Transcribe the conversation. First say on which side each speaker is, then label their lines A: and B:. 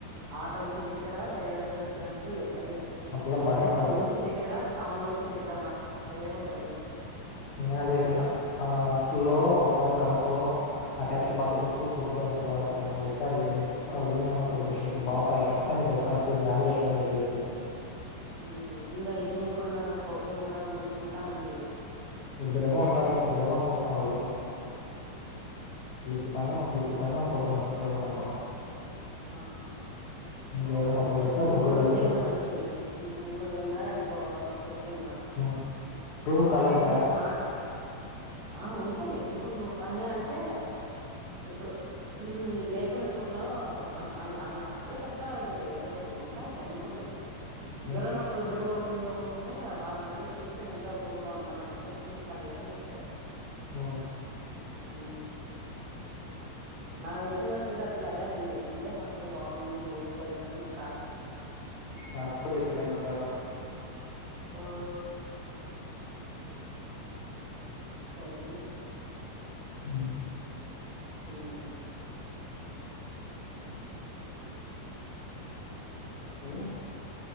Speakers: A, on the right (about 75°); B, on the left (about 85°).
A: ఆటోన్కి దగ్గర పోయేదానికి వచ్చేదానికి అదెదె
B: ఆ పిల్ల
A: చుప్
B: బండి
A: అదే
B: ఉంటదిలే
A: నిమ్స్ కి దెగ్గర టౌన్ లోకి దెగ్గర్ర సరైపోతది.
B: అ నేను అదే చెప్పిన ఆ హాస్టల్లో ఒకసారి కనుక్కో అటాచ్డ్ బాత్రూమ్స్, ఫుడ్ అంత బా అంటదేమో అని జెప్పి అడిగింది. ఆ లిమా వాయిస్ <unintelligible> సంతోష్ నాతో బాగుంట అదొక్కటె నే బెస్ట్ ఆప్షన్ గాదు చెప్పా అని జెప్పి చెప్పింది.
A: ఉమ్ ఇంక ఇద్దరు ముగ్గురు ఉన్నారన్కో ఒకే రూమ్ లోనే ఉండొచ్చు ఇంకా మంచిది
B: ఇద్దరేమో ఉంటరు ఇద్దరేమో అనుకొని కాలో <unintelligible> దీపికా నో రితికా నో ఇంకొకరు అస్తరనుకుంట
A: ఆ
B: ఇంకెవరైనా ఒకవేళ వస్తే
A: ఇద్దరు
B: ముగ్గురు
A: ముగ్గురుంటె
B: కలిసి ఉండొచ్చు
A: ఇంగా మంచిది ముగ్గురుగున్నారన్కో సెట్ ఇంగ
B: ఉమ్ రూము కాలిగుంట
A: ఇంగొ మా ఆ ఉంటయి ఎందుకుండవు కానీ అంటే చుప్ ఇప్పుడు మేం లేకున్న చుడ్లో అం అం ఆమే అప్పుడే చెప్తారు లే ఏదో ఒక్ ఒకటి ఉంటాంది ఎందుకుండవు
B: ఉమ్
A: ఎవరైనా ఒకరిద్దరూ ఒకరింగొకరుంటే వాళ్ళన్నడ్జెస్ట్ చేసి మేముమంతా ఒక రూమ్ లో ఉంటామంటే చెప్పండి ఇస్తారులే అని చెప్తరు.
B: ఆ
A: ఉమ్ నాకు తెల్సిన వరకైతే ఆ పిల్లా అదే అనింది ఇదే హాస్ట్ సో బాగుంది ఊర్కే ఇర్కరనష్
B: నాకు కూడా తిన్న రెండు, మూడు సార్లు
A: ఆ చబోడు
B: ఉమ్మ్
A: ఉమ్
B: ఏ